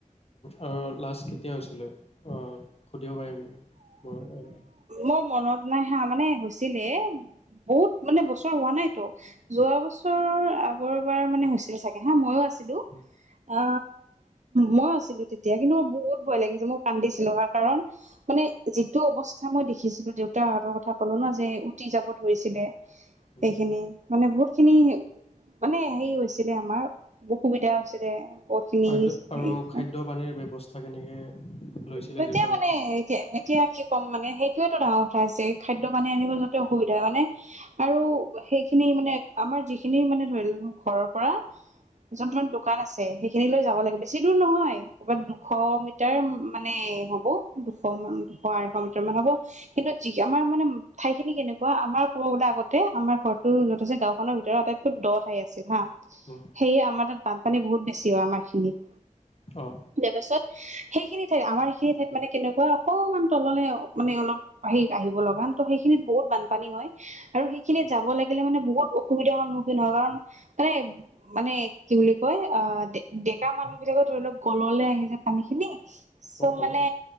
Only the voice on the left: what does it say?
আৰু লাষ্ট কেতিয়া হৈছিলে অ সুধিব পাৰিম নেকি? মই অ',
উম,
উম।
হয়, আৰু খাদ্য পানীৰ ব্যৱস্থা কেনেকে? লৈছিলে
দেউতাহঁতে?
উম,
অ,
অ',
অ',